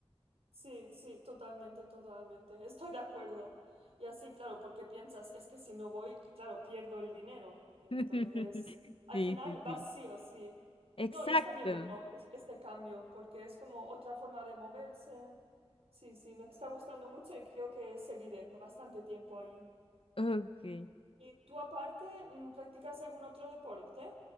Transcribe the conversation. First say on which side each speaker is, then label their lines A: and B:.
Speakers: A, on the right; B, on the left.
A: Sí, sí, totalmente, totalmente. Estoy de acuerdo. Y así, claro, porque piensas, es que si no voy, claro, pierdo el dinero. Entonces,
B: <laughs>
A: al
B: Sí,
A: final
B: sí,
A: vas
B: sí.
A: sí o sí.
B: Exacto.
A: No, y es también bueno es- este cambio, porque es como otra forma de moverse. Sí, sí, me está gustando mucho y creo que seguiré bastante tiempo ahí.
B: Ok.
A: ¿Y tú aparte, mm, practicas algún otro deporte?